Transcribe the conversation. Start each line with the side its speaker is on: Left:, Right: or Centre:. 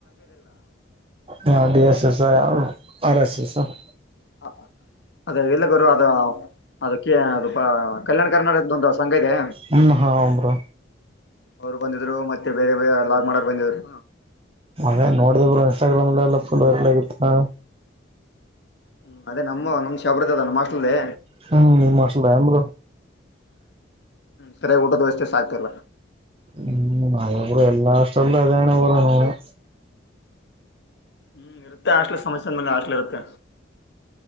Right: ಹಾ ದ ಸ ಸ <unintelligible> ಆರ್ ಎಸ್ ಎಸ್ ಹ
Left: ಹ ಅದೇ ವಲೆ <inaudible> ಅದ <unintelligible> ಅದಕ್ಕೆ ಅದು ಪ ಕಲ್ಯಾಣ ಕರ್ನಾಟಕದೊಂದು ಸಂಘ ಇದೆ
Right: ಹ್ಮ್ ಹಾ ಬ್ರೋ
Left: ಅವರು ಬಂದಿದ್ರು ಮತ್ತೆ ಬೇರೆ ಬ ಲಾಗ ಮಾಡಕ್ ಬಂದಿದ್ರು
Right: ಮೆ ನೋಡಿದ್ರರು ಇನ್ಸ್ಟಾಗ್ರಾಮ್ಲ್ಲ ಎಲ್ಲ ಫುಲ್ ವೈರಲ್ ಆಗಿತ್ತ <inaudible>
Left: ಹ್ಮ್ ಅದೇ ನಮ್ಮ ನಮ್ಮ ಶಬ್ರದ ಅದ ನ ಮಾಸ್ರುಲ್ಲೇ
Right: ಹ್ಮ್ ಮಶ ಆಲ
Left: ಸರಿಯಾಗಿ ಊಟದ ವ್ಯವಸ್ಥೆ ಆಗ್ತಿಲ್ಲ
Right: ಹ್ಮ್ ಮಳಪುರ ಎಲ್ಲಾ ಕಷ್ಟಲ್ಲ ಅದಣ ಪರ ನೋನು
Left: ಹ್ಮ್ ಇರುತ್ತೆ ಆಷ್ಟಲಿ ಸಮಸ್ಯೆಂದಗೆ ಆಷ್ಟಲಿ ಇರುತ್ತೆ